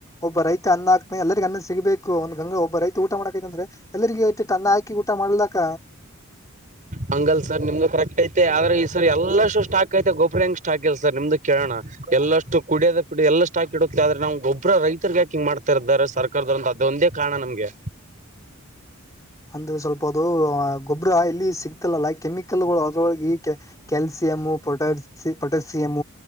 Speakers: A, on the left (about 15°); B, on the right (about 40°).
A: ಒಬ್ಬ ರೈತ ಅನ್ನ ಹಾಕ್. ಎಲ್ಲರಿಗ್ ಅನ್ನನ್ಸಿಗ್ಬೇಕು ಒಂದ್ಂಗ ಒಬ್ಬ ರೈತ ಊಟ ಮಾಡಕೈತಂದ್ರೆ. ಎಲ್ಲರಿಗೆ ಒಂತಿಟು ಅನ್ನ ಹಾಕಿ ಊಟ್. ಊಟ ಮಾಡ್ಲಕ್ಕ
B: ಹಂಗಲ್ ಸರ್ ನಿಮ್ದು ಕರೆಕ್ಟ್ ಐತೆ ಆದ್ರೆ ಈ ಸರ್ ಎಲ್ಲಷ್ಟು ಸ್ಟಾಕ್ ಐತೆ ಗೊಬ್ರ ಹೆಂಗ್ ಸ್ಟಾಕ್ ಇಲ್ಲ ಸರ್ ನಿಮ್ದು ಕೇಳೋಣ ಎಲ್ಲಷ್ಟು ಕುಡಿಯದ ಪಿಡ ಎಲ್ಲಾ ಸ್ಟಾಕ್ ಇಡುತ್ತೆ ಆದ್ರೆ ನಾ್ ಗೊಬ್ಬರ ರೈತರ್ ಯಾಕೆ ಹಿಂಗ ಮಾಡ್ತಾ ಇದರ್ರೆ ಸರ್ಕಾರದವರುಂತ ಅದೊಂದೇ ಕಾರಣ ನಮ್ಗೆ.
A: ಅಂದ್ರೆ ಸ್ವಲ್ಪ ಅದು ಗೊಬ್ಬರ ಇಲ್ಲಿ ಸಿಗ್ತ. ಕೆಮಿಕಲ್ಗಳ್ ಅದ್ರಲೋಗೀ ಕ್ಯಾ ಕ್ಯಾಲ್ಸಿಯಂ ಫೋಟೊಸಿ ಫೋಟೊಸ್. ಮೆಸೇಯಂ